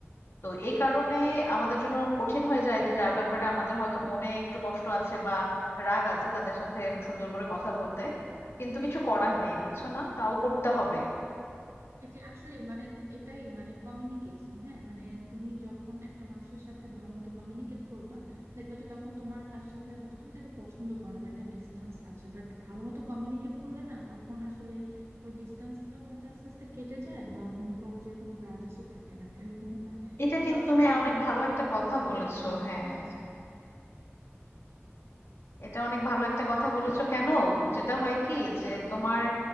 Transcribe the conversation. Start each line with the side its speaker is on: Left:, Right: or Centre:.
Left: তো এই কারণে আমাদের জন্য কঠিন হয়ে যায় যে যার ব্যাপারে আমাদের হয়তো মনে একটু কষ্ট আছে বা রাগ আছে তাদের সাথে সুন্দর করে কথা বলতে কিন্তু কিছু করার নেই বুঝছো না তাও করতে হবে
Right: এই যে আসলে মানে এটাই মানে কমিউনিকেশন হ্যাঁ মানে তুমি যখন একটা মানুষের সাথে ভালো মতো কমিউনিকেট করবা দেখবা যে তখন তোমার তার সাথে হয়তো তুমি তাকে পছন্দ করো না বা একটা ডিস্টেন্স আছে বাট ভালো মতো কমিউনিকেট করলে না তখন আসলে ওই ডিস্টেন্সটা হয়তো আস্তে আস্তে কেটে যায় বা মনে করো যে কোনো গ্রাজেসও থাকে না এরকমও হয়
Left: এটা কিন্তু
Right: তো আসলে
Left: তুমি অনেক
Right: অফিসের
Left: ভালো একটা
Right: ব্যাপারটা
Left: কথা
Right: হচ্ছে
Left: বলেছো
Right: গিয়ে মানে
Left: হ্যাঁ এটা অনেক ভালো একটা
Right: হ্যাঁ
Left: কথা
Right: তো
Left: বলেছো
Right: আমি যেটা
Left: কেন
Right: বুঝলাম যে
Left: যেটা
Right: অফিসের
Left: হয় কি যে তোমার